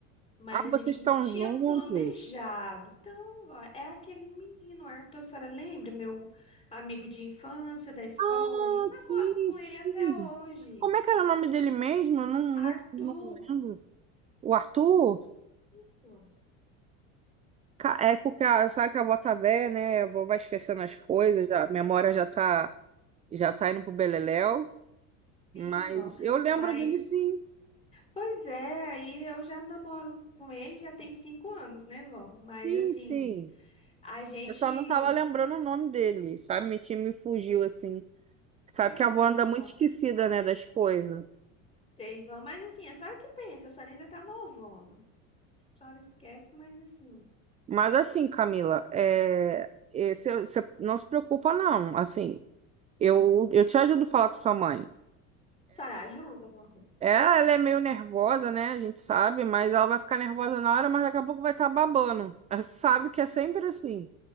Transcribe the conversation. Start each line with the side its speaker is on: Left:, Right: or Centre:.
Left: Mas
Right: Ah,
Left: a
Right: vocês
Left: gente não
Right: estão
Left: tinha
Right: juntos.
Left: planejado. Então, ó, é aquele menino, Arthur, a senhora lembra? Meu amigo de infância, da escola.
Right: Ah,
Left: Eu namoro
Right: sim,
Left: com
Right: sim.
Left: ele até hoje.
Right: Como é que era o nome dele mesmo? Eu Não, não,
Left: Arthur.
Right: não lembro. O Arthur?
Left: Isso.
Right: Ca- É porque a- sabe que a avó tá velha, né? A avó vai esquecendo as coisas, já- a memória já tá, já tá indo pro beleléu.
Left: Sim,
Right: Mas
Left: bom.
Right: eu lembro
Left: Mas,
Right: dele sim,
Left: pois é, aí eu já namoro com ele já tem cinco anos, né, vó? Mas,
Right: sim,
Left: assim,
Right: sim.
Left: a gente...
Right: Eu só não tava lembrando o nome dele, sabe? Me, tinha- me fugiu assim. Sabe
Left: Tranquilo,
Right: que a avó anda muito
Left: vó.
Right: esquecida, né, das coisas.
Left: sei vão, mas assim, a senhora que pensa, a senhora ainda tá novona. A senhora esquece, mas assim...
Right: Mas assim, Camila, é, é, cê- cê não se preocupa, não. Assim, eu, eu te ajudo a falar com sua mãe.
Left: A senhora ajuda, vó?
Right: É, ela é meio nervosa, né? A gente sabe, mas ela vai ficar nervosa na hora, mas daqui a pouco vai estar babando. <laughs> Ela sabe que é sempre assim.